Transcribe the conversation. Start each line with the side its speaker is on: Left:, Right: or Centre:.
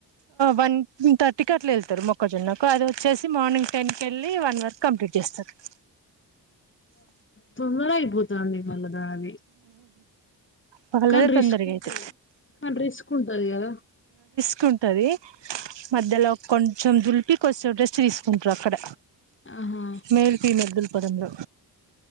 Right: వన్థర్టీకి అట్లా వెళ్తారు మొక్కజొన్నకు అది వచ్చేసి మార్నింగ్ టెన్ కి వెళ్ళి వన్ వరకు కంప్లీట్ చేస్తరు
Left: తొందర అయిపోతంది మళ్ళ దాది
Right: పగలే
Left: కానీ
Right: తొందరగా
Left: రిస్క్ ఉంటది
Right: అయితే
Left: కానీ రిస్క్ ఉంటది కదా
Right: తీంటది మధ్యలో కొంచెం దులిపి కొంచెం రెస్ట్ తీసుకుంటారు అక్కడ
Left: ఆహా
Right: మేల్ ఫీమేల్ దుల్పడం లో